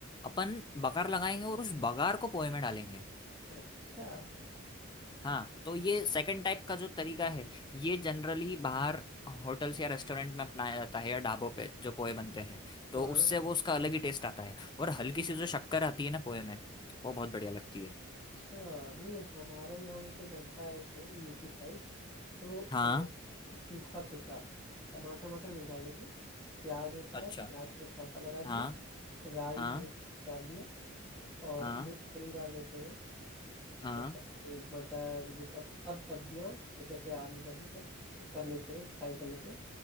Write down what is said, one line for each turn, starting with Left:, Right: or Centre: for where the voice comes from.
Left: अपन बघार लगाएंगे और उस बघार को पोहे में डालेंगे
Centre: अच्छा
Left: हाँ तो ये सेकंड टाइप का जो तरीका है ये जनरली बाहर होटल्स या रेस्टोरेंट में अपनाया जाता है या ढाबों पे जो पोहे बनते हैं तो
Centre: हाँ
Left: उससे वो उसका अलग ही टेस्ट आता है और हल्की सी जो शक्कर आती है ना पोहे में वो बहुत बढ़िया लगती है
Centre: अच्छा नहीं हमारे यहाँ जैसे बनता है जैसे यूपी साइड तो
Left: हाँ
Centre: हमारे सूखा सूखा टमाटर टमाटर नहीं डालेंगे प्याज होता
Left: अच्छा
Centre: है प्याज का छौंका लगा
Left: हाँ
Centre: दिया राई
Left: हाँ
Centre: हो- डाल दिया और
Left: हाँ
Centre: मूंगफली डाल देते हैं अ,
Left: हाँ
Centre: ककड़ी मटर ये सब सब सब्जियां ये कैसे आलू वालू सब कर लेते हैं फ्राई कर लेते हैं